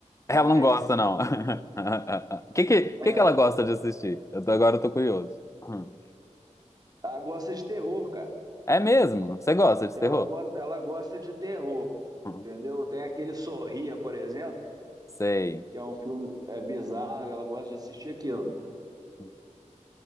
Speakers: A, on the left; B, on the right.
A: Ela
B: Mas
A: não gosta, não. <laughs> O que que, que
B: é,
A: que ela gosta de assistir? Eu tô- agora eu tô curioso. Uhum.
B: ela gosta de terror, cara.
A: É mesmo? Você gosta de
B: Ela,
A: terror?
B: go- ela gosta de terror,
A: Uhum.
B: entendeu? Tem aquele Sorria, por exemplo,
A: Sei.
B: que é um filme é, bizarro, ela gosta de assistir aquilo.
A: Uhum.